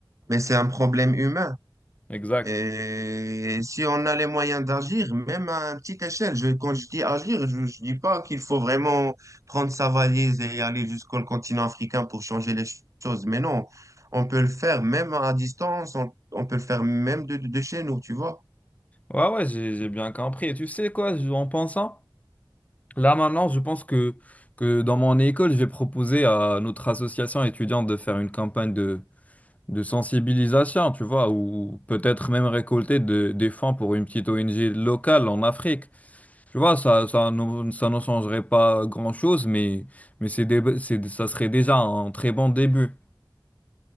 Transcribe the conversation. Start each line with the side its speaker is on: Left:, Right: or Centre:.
Right: mais c'est un problème humain.
Left: Exact.
Right: Et si on a les moyens d'agir, même à une petite échelle, je, quand je dis agir, je, je dis pas qu'il faut vraiment prendre sa valise et aller jusqu'au continent africain pour changer les choses, mais non, on peut le faire même à distance, on, on peut le faire même de, de de chez nous, tu vois.
Left: Ouais, ouais, j'ai, j'ai bien compris. Et tu sais quoi, je- en pensant, là maintenant, je pense que, que dans mon école, j'ai proposé à notre association étudiante de faire une campagne de sensibilisation, tu vois, ou peut-être même récolter de- des fonds pour une petite ONG locale en Afrique. Tu vois, ça, ça, nous- ça ne changerait pas grand-chose, mais, mais c'est dé- c'est- ça serait déjà un très bon début.